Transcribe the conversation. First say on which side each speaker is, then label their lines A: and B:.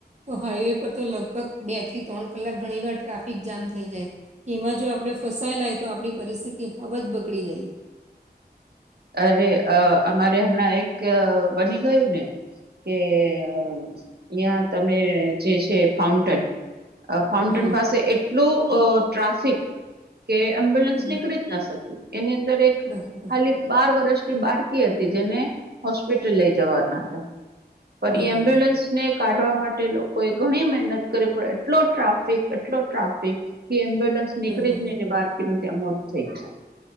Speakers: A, on the right (about 40°); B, on the right (about 65°).
A: તો હાઈવે પર તો લગભગ બે થી ત્રણ કલાક ઘણી વાર ટ્રાફિક જામ થઈ જાય. એમાં જો આપડે ફસાયેલા હોય તો આપડી પરિસ્થિતિ હાવ જ બગડી જાય.
B: અરે! અ અમારે હમણાં એક બની ગયું ને.? કે, અહીંયા તમે જે છે ફાઉન્ટન. અ ફાઉન્ટેન
A: હા
B: પાસે એટલું ટ્રાફિક કે એમ્બ્યુલન્સ
A: હમ,
B: નીકળી જ ન શકી. એની અંદર એક
A: બરાબર
B: ખાલી બાર વર્ષથી બાળકી હતી જેને હોસ્પિટલ લઈ જવાના હતા. પણ
A: બરાબર
B: એ એમ્બ્યુલન્સ, ને કાઢવા માટે લોકોએ ઘણી મહેનત કરી. પડ એટલો ટ્રાફિક એટલો ટ્રાફિક. કે એમ્બ્યુલન્સ નીકળી
A: બરાબર
B: જ નહીને, બાળકીનું ત્યાં મોત થઈ ગ્યું.